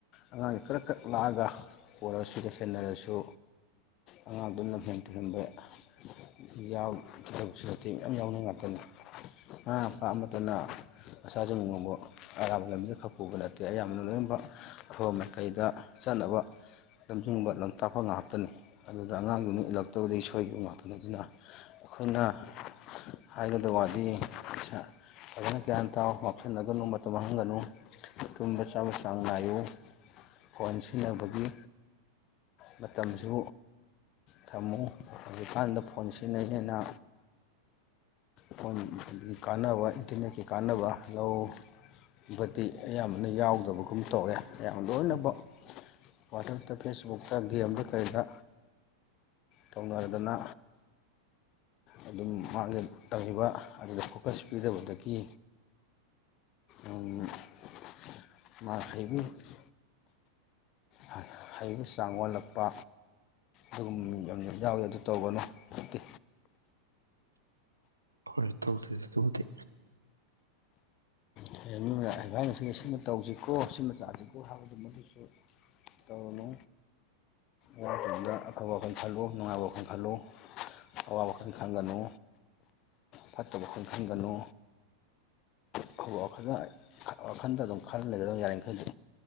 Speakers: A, on the left (about 35°); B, on the right (about 80°).
A: ꯑꯉꯥꯡꯁꯦ ꯀꯔꯛ ꯀꯔꯛ ꯂꯥꯛꯑꯒ <unintelligible> ꯁꯦꯟꯅꯔꯁꯨ ꯑꯉꯥꯡꯗꯨꯅ ꯂꯝꯍꯦꯟ ꯇꯨꯍꯦꯟ <unintelligible> ꯌꯥꯎꯗꯕꯁꯨ ꯅꯠꯇꯦ ꯃꯌꯥꯝ ꯌꯥꯎꯅꯩ ꯉꯥꯛꯇꯅꯤ ꯃꯃꯥ ꯃꯄꯥ ꯑꯃꯠꯇꯅ ꯃꯆꯥꯁꯤꯡꯕꯨ <unintelligible> ꯑꯔꯥꯟꯕ ꯂꯝꯕꯤꯗ ꯈꯥꯛ ꯄꯨꯕ ꯅꯠꯇꯦ ꯑꯌꯥꯝꯕꯅ ꯂꯣꯏꯅꯃꯛ ꯑꯐꯕ ꯃꯥꯏꯀꯩꯗ ꯆꯠꯅꯕ ꯂꯝꯖꯤꯡꯕ ꯂꯝꯇꯥꯛꯄ ꯉꯥꯛꯇꯅꯤ ꯑꯗꯨꯗ ꯑꯉꯥꯡꯗꯨꯅꯤ ꯏꯜꯂꯛꯇꯕꯗꯒꯤ ꯁꯣꯏꯈꯤꯕ ꯉꯥꯛꯇꯅꯤ ꯑꯗꯨꯅ ꯑꯈꯣꯏꯅ ꯍꯥꯏꯒꯗꯕ ꯋꯥꯗꯤ ꯄꯩꯁꯥ ꯐꯖꯅ ꯒ꯭ꯌꯥꯟ ꯇꯥꯎ ꯉꯥꯎꯁꯤꯟꯅꯒꯅꯨ ꯃꯇ ꯃꯥꯡꯍꯟꯒꯅꯨ ꯇꯨꯝꯕ ꯆꯥꯕ ꯆꯥꯡ ꯅꯥꯏꯌꯨ ꯐꯣꯟ ꯁꯤꯖꯤꯟꯅꯕꯒꯤ ꯃꯇꯝꯁꯨ ꯊꯝꯃꯨ ꯍꯧꯖꯤꯛꯀꯥꯟꯗ ꯐꯣꯟ ꯁꯤꯖꯤꯟꯅꯩꯅꯦꯅ ꯐꯣꯟ ꯀꯥꯟꯅꯕ ꯏꯟꯇ꯭ꯔꯅꯦꯠꯀꯤ ꯀꯥꯟꯅꯕ ꯂꯧ ꯕꯗꯤ ꯑꯌꯥꯝꯕꯅ ꯌꯥꯎꯗꯕꯒꯨꯝ ꯇꯧꯌꯦ ꯑꯌꯥꯝ ꯂꯣꯏꯅꯃꯛ
B: ꯎꯝ
A: ꯋꯥꯆꯞ ꯐꯦꯁꯕꯨꯛꯇ ꯒꯦꯝꯗ ꯀꯔꯤꯗ ꯇꯧꯅꯔꯗꯅ ꯑꯗꯨꯝ ꯃꯥꯒꯤ ꯇꯝꯃꯤꯕ ꯑꯗꯨꯗ ꯐꯣꯀꯁ ꯄꯤꯗꯕꯗꯒꯤ ꯎꯝ <unintelligible> ꯍꯥ ꯍꯩꯕ ꯆꯥꯡ ꯋꯥꯠꯂꯛꯄ ꯑꯗꯨꯒꯨꯝꯕ ꯃꯤ ꯌꯥꯝ ꯌꯥꯝ ꯌꯥꯎꯋꯤ ꯑꯗꯨ ꯇꯧꯒꯅꯨ ꯐꯠꯇꯦ
B: ꯍꯣꯢ ꯇꯧꯗꯦꯗ ꯗꯨꯕꯨꯗꯤ
A: <unintelligible> ꯁꯤꯃ ꯇꯧꯁꯤꯀꯣ ꯁꯤꯃ ꯆꯥꯁꯤꯀꯣ ꯍꯥꯏꯕꯗ ꯃꯗꯨꯁꯨ ꯇꯧꯔꯨꯅꯨ ꯑꯉꯥꯡ ꯑꯣꯏꯔꯤꯉꯩꯗ ꯑꯐꯕ ꯋꯥꯈꯟ ꯈꯜꯂꯨ ꯅꯨꯡꯉꯥꯏꯕ ꯋꯥꯈꯜ ꯈꯜꯂꯨ ꯑꯋꯥꯕ ꯋꯈꯜ ꯈꯟꯒꯅꯨ ꯐꯠꯇꯕ ꯋꯈꯜ ꯈꯟꯒꯅꯨ ꯑꯐꯕ ꯋꯥꯈꯜꯗ ꯋꯥꯈꯟꯗ ꯗꯨꯝ ꯈꯜꯂꯩꯔꯒ ꯌꯥꯔꯤꯃꯈꯩꯗꯤ